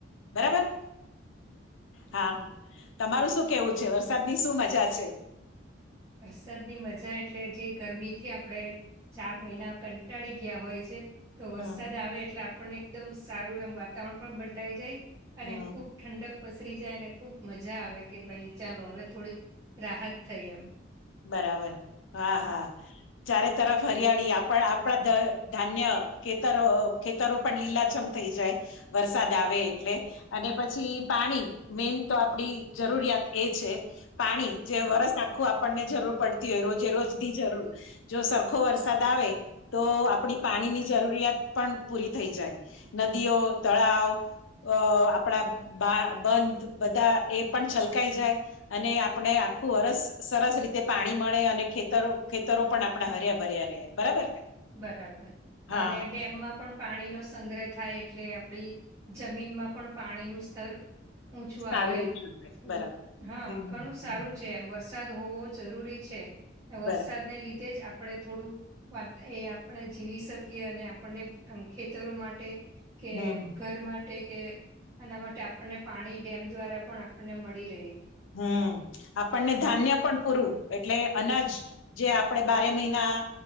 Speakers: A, on the left (about 80°); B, on the right (about 15°).
A: બરાબર? હા. તમારું શું કહેવું છે? વરસાદની શું મજા છે?
B: વરસાદની મજા એટલે જે ગરમી થી આપણેે ચાર મહિના કંટાળી ગયા હોય છે તો વરસાદ
A: હમ
B: આવે, એટલે આપણને એકદમ સારું એમ વાતાવરણ પણ બદલાઈ જાય. અને
A: હમ
B: ખૂબ ઠંડક પસરી જાય, અને ખુબ મજા આવે, કે ભઈ ચાલો હવે થોડીક રાહત થઈ એમ.
A: બરાબર. હા, હા. ચારે તરફ હરિયાળી આપણ આપણા ધ ધાન્ય ખેતરો અહ ખેતરો પણ લીલાછમ થઈ જાય વરસાદ આવે એટલે. અને પછી પાણી મેઈન તો આપણી જરૂરિયાત એ છે. પાણી જે
B: હા
A: વરસ આખું આપણને જરૂર પડતી હોય, રોજે-રોજની જરૂર જો સરખો વરસાદ
B: હા,
A: આવે તો આપણી પાણીની જરૂરિયાત પણ પૂરી થઈ જાય. નદીઓ, તળાવ અહ આપણા બા બંધ બધા એ પણ છલકાઈ જાય. અને આપણે આખું વર્ષ સરસ રીતે પાણી મળે, અને ખેતરો-ખેતરો પણ આપણાં હર્યા-ભર્યા રહે. બરાબર ને?
B: બરાબર.
A: હા
B: અને
A: હા
B: ડેમમાં પણ પાણી નો સંગ્રહ થાય એટલે આપણી જમીનમાં પણ પાણીનું સ્તર ઊંચું
A: સારું
B: આવે
A: છે હવે
B: થોડું,
A: બરાબર
B: હા.
A: હમ
B: ઘણું સારું
A: હમ,
B: છે એમ. વરસ સાદ હોવો જરૂરી છે. ને વરસાદને
A: બરાબર
B: લીધે જ આપણે થોડું વાત એ આપણે જીવી શકીએ અને આપણને એમ ખેતરો માટે... કે
A: હમ
B: ઘર માટે કે... એના માટે આપણને પાણી ડેમ દ્વારા પણ આપણને મળી રહે.
A: હ આપણને ધાન્ય પણ પૂરું એટલે અનાજ... જે આપણેે બારે મહિના